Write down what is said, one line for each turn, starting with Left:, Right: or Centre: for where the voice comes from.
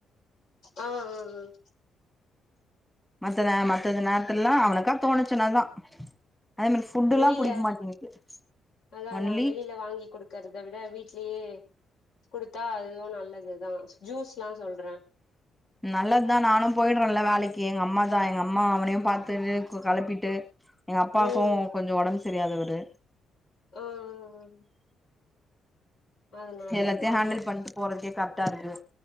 Left: உம் உம் ம்
Centre: மத்த நே மத்தது நேரத்துல எல்லாம் அவனுக்கா தோணுச்சுனாதா அதே மாரி ஃபுட்டுல்லா
Left: வெளில
Centre: புடிக்க மாட்டேங்குது
Left: அதா அதா
Centre: ஒன்லி
Left: வெளியில வாங்கி கொடுக்கறத விட வீடலயே குடுத் தா அதுவும் நல்லதுதா ஜூஸ் எல்லாம் சொல்
Centre: நல்லதுதா நானும் போயிடுறேன்ல வேலைக்கு எங்க அம்மா தா எங்க அம்மா அவனையும் பாத்துட்டு கலப்பிட்டு எங்க அப்பாவுக்கும்
Left: ம்
Centre: கொஞ்சம் உடம்பு சரியாதவர்
Left: ஆ அ ஆ அதனால
Centre: எல்லத்தே
Left: ஆமா
Centre: ஹண்டல் பண்டு போறதகே கரெக்ட் இருக்கு